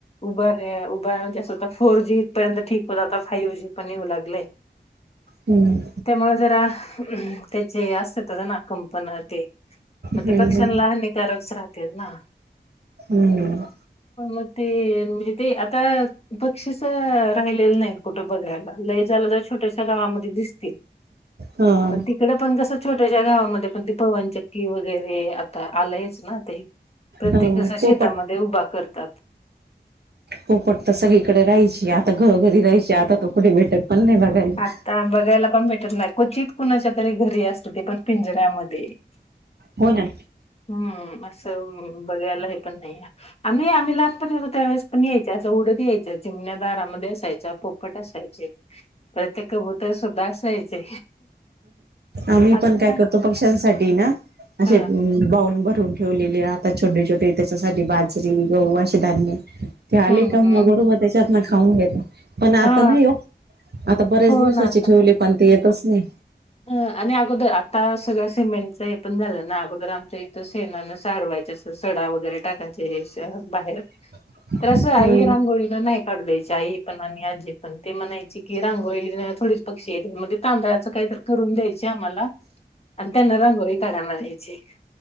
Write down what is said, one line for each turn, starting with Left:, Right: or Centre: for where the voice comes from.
Left: उबर रे उबर म्हणजे फोर जी त्यानंतर ठीक पदार्थोत हायोजीन पन येऊ लागले
Right: हम्म
Left: त्यामुळे जरा त्याचे असत होता ना कंपन ते मग
Right: हम्म
Left: ते पक्ष्यांला हानिकारकच राहते ना
Right: हम्म
Left: आता ते <unintelligible> बक्षीस राहिलेलं नाही कुठं बघायला छोट्याशा गावात <unintelligible>
Right: हा
Left: पण तिकडे पण छोट्याश्या गावामध्ये पण पवन चक्की वगैरे आता आलंयच ना ते प्रत्येक
Right: हो
Left: असा शेतामध्ये
Right: पोपट
Left: उभा करतात
Right: पोपट तर सगळीकडे राहायची आता घरोघरी राहायची आता तो कुठे भेटत पण नाही बघायला.
Left: आता बघायला पण भेटत नाहीत क्वचित कुणाच्या तरी घरी असत ते पण पिंजऱ्यामध्ये
Right: हो ना
Left: हम्म असं बघायला हे पण नाही आम्ही आम्ही लहानपणी होेतो त्या वेळेस पण यायच्या असं उडत यायच्या चिमण्या‌ दारामध्ये यायच्या असायच्या पो पोपट असायचे परत कबुतरं सुद्धा असायचे
Right: आम्ही
Left: आता
Right: पण काय करतो पक्ष्यांसाठी ना असे
Left: हा
Right: बाऊल भरून ठेवलेले आताा छोटे छोटे त्याच्यासाठी बाजरी गहू असे धान्य ते आले
Left: हम्म
Right: का मग
Left: हम्म
Right: बरोबर त्याच्यात ना खाऊन घेता पण आता
Left: हा
Right: नाही हो आता बऱ्याच
Left: हो
Right: दिवसाची
Left: ना आता
Right: ठेवली पण ते येतच नाही
Left: ह आणि अगोदर आता सगळं सिमेंटच हे पण झालं ना अगोदर आमच्या इथं शेनान सारवायच अस स डा वगैरे टाकायचे बाहेर
Right: <unintelligible>
Left: तर असं आई
Right: ह
Left: रांगोळीला नाही काढू द्यायची आई पण आणि आजी पण ते म्हणायची की रांगोळी थोडी पक्षी म्हण तांदळाच काही तर करून द्यायचे आम्हाला त्यांना रांगोळी काढाला मला यायची